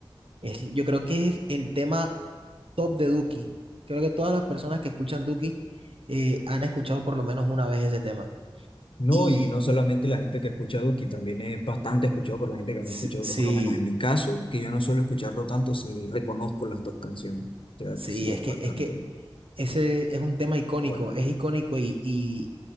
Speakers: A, on the right; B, on the left.
A: Es, yo creo que es el tema top de Duki. Creo que todas las personas que escuchan Duki eh, han escuchado por lo menos una vez ese tema.
B: No,
A: Y
B: y no solamente la gente que escucha Duki, también es bastante escuchado por la gente que
A: sí,
B: no escucha Duki,
A: sí,
B: por lo menos en mi caso, que yo no suelo escucharlo tanto si reconozco las dos canciones. O sea
A: sí,
B: que sí,
A: es
B: es
A: que,
B: bastante
A: es que ese es un tema icónico,
B: bueno.
A: es icónico y, y